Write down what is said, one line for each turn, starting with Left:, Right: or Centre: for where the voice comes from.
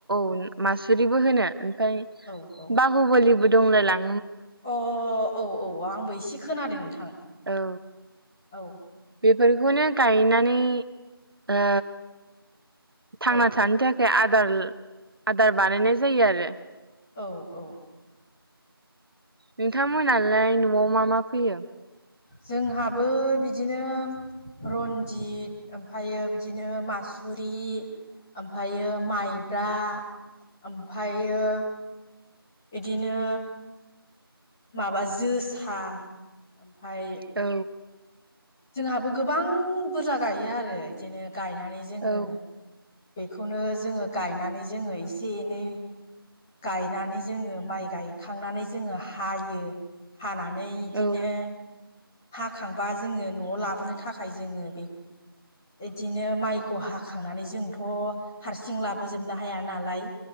Right: <unintelligible> मासुरिबो होनो ओमफाय
Centre: औ औ
Right: बाहुबोलिबो दंलाय लां
Centre: अ औ औ आंबो एसे खोनादों नोंथां
Right: औ
Centre: औ।
Right: बेफोरखौनो गायनानै ओ थांना
Centre: औ
Right: थानो थाखाय आदार आदार बानायनाय जायो आरो।
Centre: औ औ।
Right: नोंथांमोनालाय न'आव मा मा फोयो?
Centre: जोंहाबो बिदिनो रनजित ओमफायो बिदिनो मासुरि ओमफायो माइब्रा ओमफायो इदिनो माबा जोसा। ओमफाय
Right: औ
Centre: जोंहाबो गोबां बुरजा गायो आरो इदिनो गायनानै जोङो
Right: औ
Centre: बेखौनो जोङो गायनानै जोङो एसे एनै गायनानै जोङो माइ गायखांनानै जोङो हायो। हानानै इदिनो
Right: औ
Centre: हाखांबा जोङो न'आव लाबोनो थाखाय जोङो बे इदिनो माइखौ हाखांनानै जोंथ' हारसिं लाबोजोबनो हाया नालाय